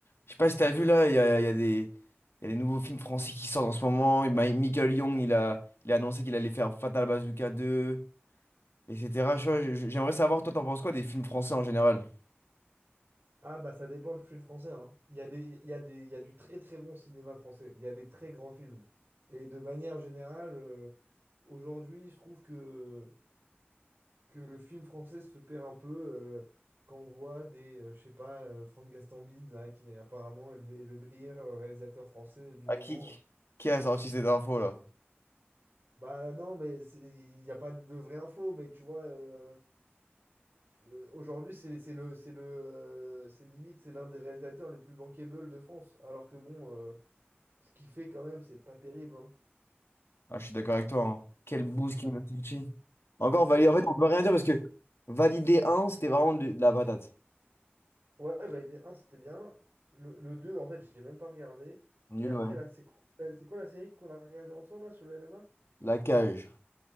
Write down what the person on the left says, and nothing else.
Je sais pas si t'as vu là, il y a, il y a des, il y a des nouveaux films français qui sortent en ce moment. Et Mi- Michael Young, il a, il a annoncé qu'il allait faire Fatal Bazooka 2, etc. Je vois, je- J'aimerais savoir, toi, t'en penses quoi des films français en général?
Ah,
qui, qui a sorti cette info là?
Ah, je suis d'accord avec toi. hein. Quel boost
qu'il m'a sorti. Encore validé.
En
fait, on peut rien dire parce que Validé un, c'était vraiment de, de la patate.
Nul,
ouais.
La Cage.